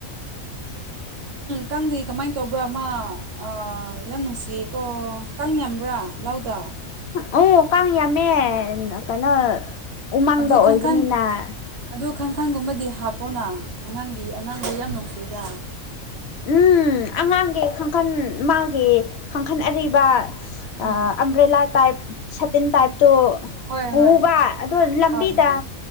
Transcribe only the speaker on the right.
ꯀꯪꯗꯤ ꯀꯝꯃꯥꯏ ꯇꯧꯕ꯭ꯔ ꯃꯥ ꯑꯥ ꯌꯥꯝ ꯅꯨꯡꯁꯤꯌꯦꯀꯣ ꯀꯥꯡ ꯌꯥꯝꯕ꯭ꯔ ꯂꯧꯗ
ꯑꯗꫭ
ꯈꯟꯈꯟ ꯑꯗꯨ ꯈꯟꯈꯟꯒꯨꯝꯕꯗꯤ ꯍꯥꯞ ꯄꫭꯅ ꯑꯉꯥꯡꯒꯤ ꯑꯉꯥꯡꯗꫭ ꯌꯥꯝ ꯅꯨꯡꯁꯤꯗ
ꯎꯝ
ꯍꯣꯏ
ꯍꯣꯏ
ꯍꯣꯏ ꯍꯣꯏ